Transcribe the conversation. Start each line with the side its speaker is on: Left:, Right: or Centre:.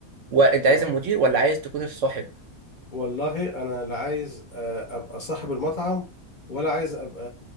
Right: وانت
Left: اه
Right: عايز المدير ولا عايز تكون الصاحب
Left: والله انا لا عايز آه، ابقى صاحب المطعم ولا عايز ابقى